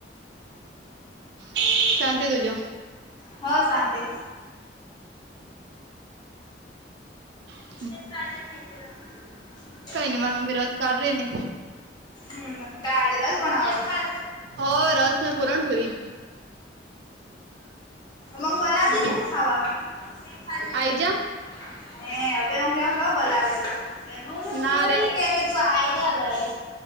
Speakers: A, on the right (about 65°); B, on the left (about 25°).
A: હ શાંતિ તુજો.
B: હ શાંતિ.
A: હમ.
B: ચલે.
A: કોઈ ન મારમી રજ કર રહી ને.
B: હમ તાજરસ બનાવા.
A: હો રસ પુરણપુરી.
B: મ બલાતી
A: હમ
B: નને તું ખાવા ખ.
A: આઈ જા
B: હે હવે હું કેમ કઉ બોલાવે તું.
A: ના
B: હું
A: રે
B: નહી કે કે તું આઈ જ ભાઈ.